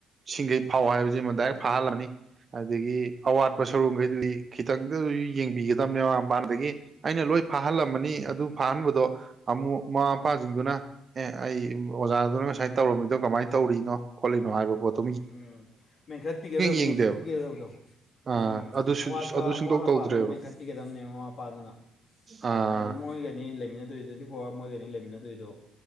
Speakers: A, on the right; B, on the left.
A: ꯁꯤꯡꯒꯩ ꯐꯥꯎ ꯍꯥꯏꯕꯁꯤꯃ ꯗꯥꯏꯔꯦꯛ ꯐꯥꯍꯜꯂꯅꯤ ꯑꯗꯒꯤ ꯑꯋꯥꯠꯄ
B: ꯎꯝ
A: ꯁꯔꯨꯛꯈꯩꯗꯨꯗꯤ ꯈꯤꯇꯪꯗ ꯑꯣꯏꯖꯨ ꯌꯦꯡꯕꯤꯒꯗꯕꯅꯦ ꯃꯃꯥ ꯃꯄꯥꯅꯗꯒꯤ ꯑꯩꯅ ꯂꯣꯏ ꯐꯥꯍꯜꯂꯝꯃꯅꯤ
B: ꯎꯝ
A: ꯑꯗꯨ ꯐꯥꯍꯟꯕꯗꯣ ꯑꯃꯨꯛ ꯃꯃꯥ ꯃꯄꯥꯁꯤꯡꯗꯨꯅ ꯑꯦ ꯑꯩ ꯑꯣꯖꯥꯗꯨꯅ ꯉꯁꯥꯏ ꯇꯧꯔꯝꯃꯤꯗꯣ ꯀꯃꯥꯏꯅ ꯇꯧ ꯇꯧꯔꯤꯅꯣ ꯈꯣꯠꯂꯤꯅꯣ ꯍꯥꯏꯕ ꯄꯣꯠꯇꯣ
B: ꯎꯝ ꯃꯦꯟꯈꯠꯄꯤꯒꯗꯗꯣ
A: ꯌꯦꯡꯗꯦꯕ
B: ꯃꯦꯟꯈꯠꯄꯤꯒꯗꯕꯗꯣ
A: ꯑꯥ
B: ꯎꯝ
A: ꯑꯗꯨ
B: ꯑꯋꯥꯠꯄ
A: ꯑꯗꯨ ꯁꯨꯡꯇꯧ
B: ꯑꯋꯥꯠ
A: ꯇꯧꯗ꯭ꯔꯦꯕ
B: ꯑꯄꯥꯗ ꯑꯃꯨꯛ ꯃꯦꯟꯈꯠꯄꯤꯒꯗꯕꯅꯦ ꯃꯃꯥ ꯃꯄꯥꯗꯨꯅ
A: ꯑꯥ
B: ꯍꯥꯏꯗꯤ ꯃꯣꯏꯒꯅꯤ ꯂꯩꯃꯤꯟꯅꯗꯣꯏ ꯇ꯭ꯋꯦꯟꯇꯤ ꯐꯣꯔ ꯑꯋꯥꯔ ꯃꯣꯏꯒꯅꯤ ꯂꯩꯃꯤꯟꯅꯗꯣꯏꯗꯣ